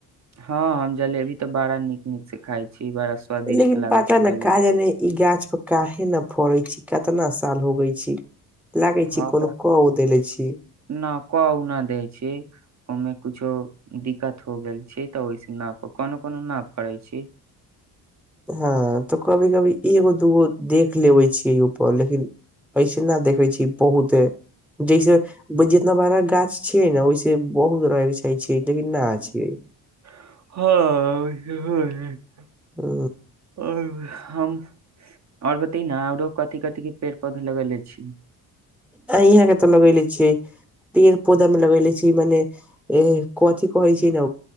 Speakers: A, on the right (about 45°); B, in the centre.
A: हँ हम जलेबी तऽ बड़ा नीक नीक से खाय छी। बड़ा स्वादिष्ट
B: लेकिन
A: लागे
B: पता
A: छै
B: न
A: जलेबी
B: काज ने ई गाछ पर कााहे न फड़ै छी कतना साल होगई छी। लागे छी
A: हँ
B: कोनो
A: तऽ
B: क उ देले छी
A: न कउ नहि दै छी ओमे। कुछो दिक्कत हो गेल छै तऽ ओहिस न कोनो कोनो न फड़ै छै।
B: हँ तऽ कभी कभी एगो दूगो देख लेबै छियै पर लेकिन ऐसे नहि देखै छीयै बहुत जैसे जितना बड़ा गाछ छियै ने ओैसे बहुत रहैके चाही छियै लेकिन नहि छियै।
A: हँ।
B: हँ।
A: आओर हम आओर बती न आओरो कथि कथी के पेड़ पौधा लगेले छी।
B: आ यहाँ के तऽ लगले छियै पेड़ पौधा मे लगले छी मने कथि कहै छै ने